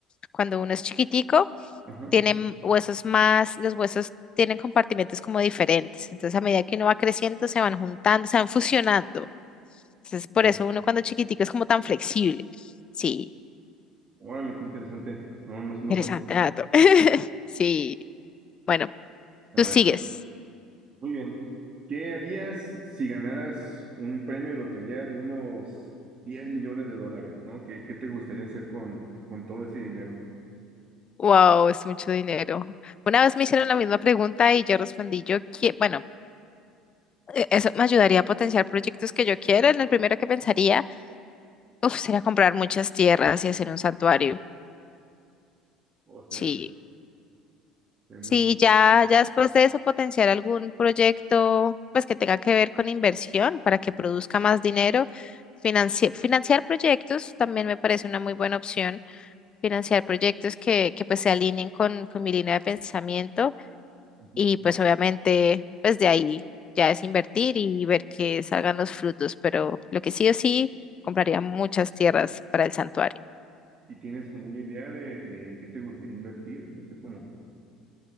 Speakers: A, on the left (about 30°); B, on the right (about 40°).
A: Cuando uno es chiquitico,
B: Ajá.
A: tienen huesos más, los huesos tienen compartimentos como diferentes, entonces a medida que uno va creciendo se van juntando, se van fusionando. Entonces, por
B: O-
A: eso uno cuando chiquitico es como tan flexible. Sí,
B: Órale, qué interesante. No, no, no
A: interesante
B: sabía.
A: dato. <laughs> Sí, bueno,
B: A
A: tú
B: ver,
A: sigues.
B: muy bien. ¿Qué harías si ganaras un premio de lotería de unos 10 millones de dólares, ¿no? ¿Qué, qué te gustaría hacer con, con todo ese dinero?
A: Wow, es mucho dinero. Una vez me hicieron la misma pregunta y yo respondí, yo que, bueno, e- eso me ayudaría a potenciar proyectos que yo quiera. En el primero que pensaría, uf, sería comprar muchas tierras y hacer un santuario.
B: O sea,
A: Sí,
B: tenemos-
A: sí, ya, ya después de eso potenciar algún proyecto, pues que tenga que ver con inversión para que produzca más dinero. Financi- financiar proyectos también me parece una muy buena opción. Financiar proyectos que, que pues se alineen con, con mi línea de pensamiento
B: ujú.
A: Y pues obviamente, pues de ahí ya es invertir y ver que salgan los frutos, pero lo que sí o sí, compraría muchas tierras para el santuario.
B: ¿Y tienes como una idea de, de en qué te gustaría invertir? No sé cómo. O